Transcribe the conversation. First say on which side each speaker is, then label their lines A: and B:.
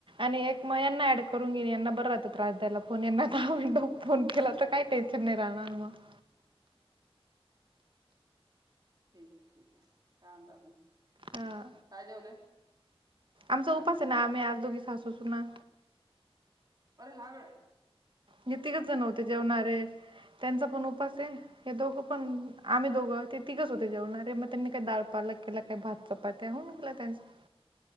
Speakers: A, on the right; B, on the right.
A: आणि एक मग यांना ऍड करून घेन यांना बर त्रास द्यायला फोन यांना म्हण फोन केला तर काही टेन्शन नाही राहणार मग. <inaudible>
B: ठीक आहे ठीक आहे काय अज
A: हा
B: काय जेवलं?
A: आमचा उपास आहे ना आम्ही आज दोघी सासू सुना.
B: अरे हागळ
A: हे तिघच जण होते जेवणारे त्यांचा पण उपास आहे हे दोघ पण आम्ही दोघं ते तिघच होते जेवणारे मग त्यांनी काही दाळ पालक केला काही भात चपात्या होऊन केला. <inaudible>